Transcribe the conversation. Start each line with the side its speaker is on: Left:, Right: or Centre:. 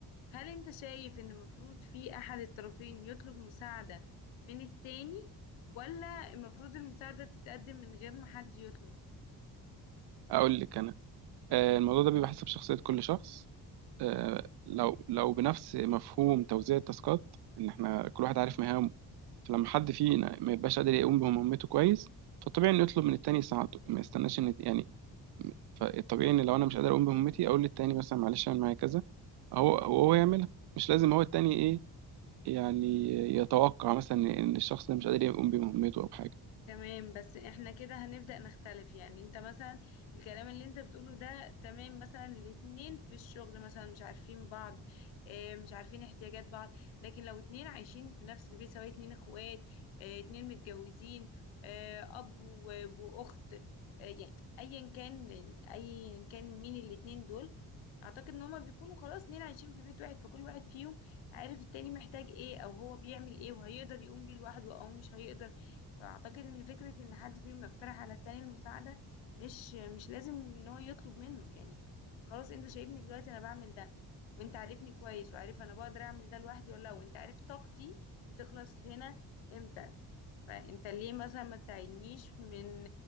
Left: هل انت شايف ان المفروض في احد الطرفين يطلب مساعدة من التاني ولا المفروض المساعدة تتقدم من غير ما حد يطلب
Right: اقول لك انا آه، الموضوع ده بيبقى حسب شخصيه كل شخص آه، لو لو بنفس مفهوم توزيع التاسكات ان احنا كل واحد عارف مهامه فلما حد فينا ما يبقاش قادر يقوم بمهمته كويس فالطبيعي انه يطلب من التاني يساعده ما يستناش ان يعني فالطبيعي ان لو انا مش قادر اقوم بمهمتي اقول للتاني مثلا معلش اعمل معايا كذا هو وهو يعملها مش لازم هو التاني ايه يعني يتوقع مثلا ان الشخص ده مش قادر يقوم بمهمته او بحاجه
Left: تمام بس احنا كده هنبدأ نختلف يعني انت مثلا الكلام اللي انت بتقوله ده تمام مثلا الاتنين في الشغل مثلا مش عارفين بعض اه مش عارفين احتياجات بعض لكن لو اتنين عايشين في نفس البيت سواء اتنين اخوات اه اتنين متجوزين اه اب و- واخت اه يعني ايا كان ايا كان مين الاتنين دول اعتقد ان هما بيكونوا خلاص اتنين عايشين في بيت واحد فكل واحد فيهم عارف التاني محتاج ايه او هو بيعمل ايه وهيقدر يقوم بيه لوحده او مش هيقدر فاعتقد ان فكره ان حد فيهم يقترح على التاني المساعده مش مش لازم ان هو يطلب منه يعني خلاص انت شايفني دلوقتي انا بعمل ده وانت عارفني كويس وعارف انا بقدر اعمل ده لوحدي ولا لا وانت عارف طاقتي بتخلص هنا امتى فانت ليه مثلا ما تساعدنيش من